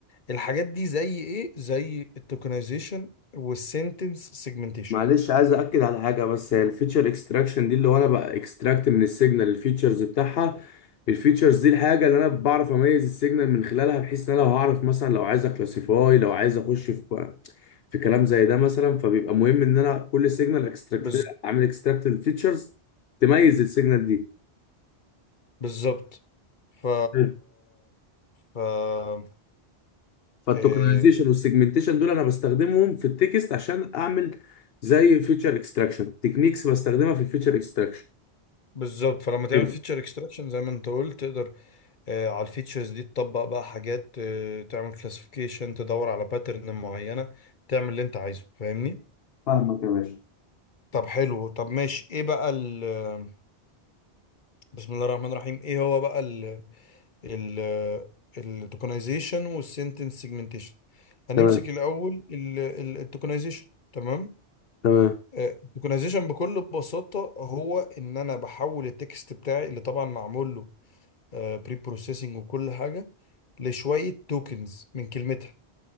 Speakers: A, on the left; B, on the left.
A: الحاجات دي زي ايه زي التوكنايزيشن والسنتنس سيجمنتيشن
B: معلش عايز اكد على حاجه بس هي الفيتشر اكستراكشن دي اللي هو انا بقى اكستراكت من السيجنال الفيتشرز بتاعها الفيتشرز دي الحاجه اللي انا بعرف اميز السيجنال من خلالها بحيث ان انا لو هعرف مثلا لو عايز اكلاسيفاي لو عايز اخش في في كلام زي ده مثلا فبيبقى مهم ان انا كل سيجنال اكستراكت
A: بالظبط
B: اعمل اكستراكت الفيتشرز تميز السيجنال دي
A: بالظبط ف
B: حلو.
A: ف
B: فالتوكنايزيشن
A: إيه
B: والسيجمنتيشن دول انا بستخدمهم في التكست عشان اعمل زي فيتشر اكستراكشن تكنيكس بستخدمها في الفيتشر اكستراكشن
A: بالظبط فلما تعمل
B: حلو
A: فيتشر اكستراكشن زي ما انت قلت تقدر آه، على الفيتشرز دي تطبق بقى حاجات آه، تعمل كلاسيفيكيشن تدور على باترن معينة تعمل اللي انت عايزه فاهمني
B: فاهمك يا باشا
A: طب حلو طب ماشي ايه بقى ال آه، بسم الله الرحمن الرحيم ايه هو بقى ال ال التوكنايزيشن والسنتنس سيجمنتيشن هنمسك
B: تمام
A: الاول التوكنايزيشن تمام
B: تمام
A: التوكنايزيشن بكل بساطة هو ان انا بحول التكست بتاعي اللي طبعا معمول له بري بروسيسنج وكل حاجة لشوية توكنز من كلمتها